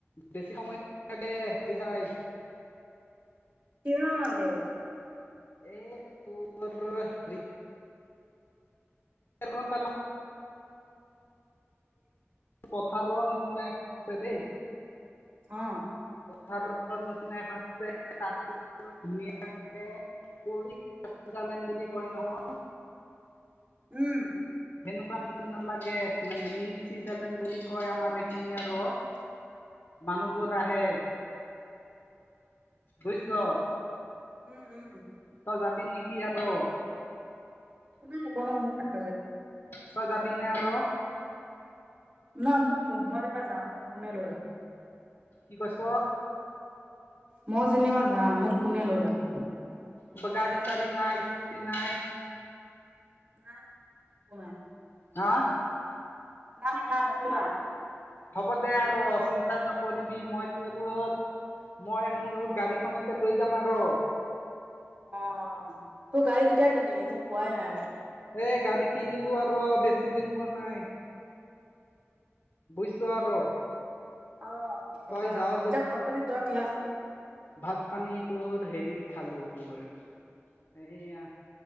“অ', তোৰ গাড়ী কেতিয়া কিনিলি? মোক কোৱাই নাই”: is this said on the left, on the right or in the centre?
Right